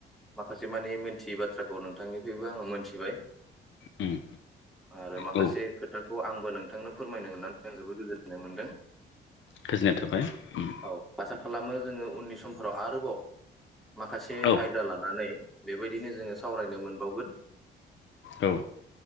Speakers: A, in the centre; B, on the left.
A: माखासे मानि मोनथियोबद थ्राखौ नोंथांनि बेबो आङो मोनथिबाय
B: उम
A: आरो माखासे
B: औ
A: खोथाखौ आं नोंथांनो फोरमायनो मोननानै आं जोबोद गोजोननाय मोनदों।
B: गोजोननाय थाबाय ओम।
A: औ आसा खालामो जोङो उननि समफोराव आरोबाव माखासे
B: औ
A: आयदा लानानै बेबायदिनो सावरायनो मोनबावगोन
B: औ